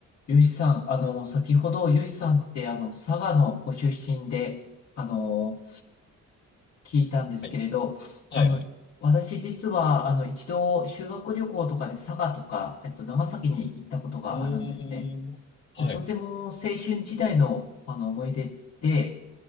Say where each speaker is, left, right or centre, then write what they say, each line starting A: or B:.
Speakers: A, on the left; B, on the left.
A: ゆうしさん、あの、先ほどゆうしさんってあの、佐賀のご出身で、あの、聞いたんですけれど、
B: はい。はいはい。
A: あの、私実はあの、一度修学旅行とかで佐賀とか、えっと、長崎に行ったことがあるんですね。
B: うーん。はい。
A: でとても青春時代のあの、思い出で、